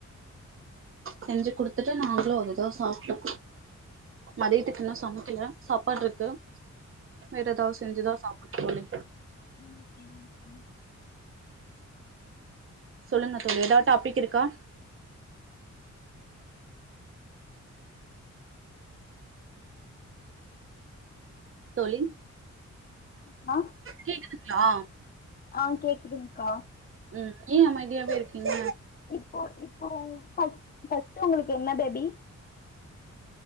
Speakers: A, on the right (about 45°); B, on the left (about 35°).
A: செஞ்சு குடுத்துட்டு நாங்களு அதுதா சாப்ட்டோ மதியத்துக்கு இன்னு சமக்கல சாப்பாட்ருக்கு வேற ஏதாது செஞ்சுதா சாப்ட்னு தோழி
B: ம் சரிங்க்கா
A: சொல்லுங்க தோழி ஏதா டாபிக் இருக்கா தோழி
B: அ
A: கேக்குதுங்களா
B: ஆ கேக்குதுங்க்கா
A: ம் ஏ அமைதியாவே இருக்கீங்க
B: இப்போ இப்போ ஃபஸ்ட் ஃபஸ்ட் உங்களுக்கு என்ன டடி